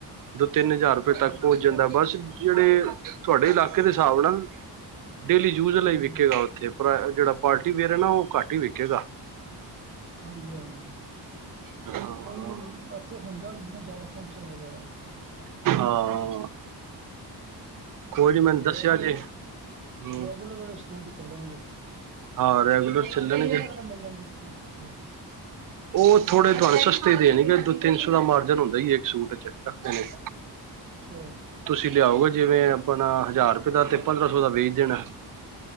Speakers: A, on the right (about 50°); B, on the right (about 30°).
A: ਦੋ ਤਿੰਨ ਹਜ਼ਾਰ ਰੁਪਏ
B: ਅੱਛਾ
A: ਤੱਕ
B: ਜੀ,
A: ਪਹੁੰਚ ਜਾਂਦਾ ਬਸ ਜਿਹੜੇ ਤੁਹਾਡੇ ਇਲਾਕੇ ਦੇ ਹਿਸਾਬ ਨਾਲ। ਡੇਲੀ ਯੂਜ ਆਲਾ
B: ਹਾਂਜੀ
A: ਈ ਵਿਕੇਗਾ ਉੱਥੇ ਪਰ ਐ ਜਿਹੜਾ ਪਾਰਟੀ ਵੇਅਰ ਆ ਨਾ ਓ ਘੱਟ ਈ ਵਿਕੇਗਾ।
B: ਹਾਂਜੀ-ਹਾਂਜੀ,
A: ਹਾਂ
B: ਕੋਈ ਇੱਥੇ ਹੁੰਦਾ ਵੀ ਨੀ ਨਾ ਜਿਆਦਾ ਫੰਕਸ਼ਨ ਵਗੈਰਾ।
A: ਹਾਂ, ਕੋਈ
B: ਤੇ
A: ਨੀ ਮੈਨੂੰ
B: ਇੱਥੇ
A: ਦੱਸਿਆ
B: ਰੈਗੂਲਰ
A: ਜੇ ਹੂੰ
B: ਰੈਗੂਲਰ ਵਾਲੇ ਸੂਟ ਹੀ ਚੱਲਣਗੇ ਇੱਥੇ
A: ਹਾਂ ਰੈਗੂਲਰ ਚੱਲਣਗੇ।
B: ਤੇ ਕਿੰਨੇ ਤੱਕ ਦਾ ਮਿਲ ਜਾਂਦੇ ਸੂਟ ਇੱਥੇ
A: ਉਹ ਥੋੜੇ ਤੁਹਾਨੂੰ ਸਸਤੇ ਦੇਣਗੇ ਦੋ ਤਿੰਨ ਸੌ ਦਾ ਮਾਰਜਨ ਹੁੰਦਾ ਈ ਇੱਕ ਸੂਟ ਚ ਰੱਖਦੇ ਨੇ।
B: ਅੱਛਾ।
A: ਤੁਸੀਂ ਲਿਆਓਗੇ ਜਿਵੇਂ ਆਪਣਾ ਹਜ਼ਾਰ ਰੁਪਏ ਦਾ ਤੇ ਪੰਦਰਾਂ ਸੌ ਦਾ ਵੇਚ ਦੇਣਾ।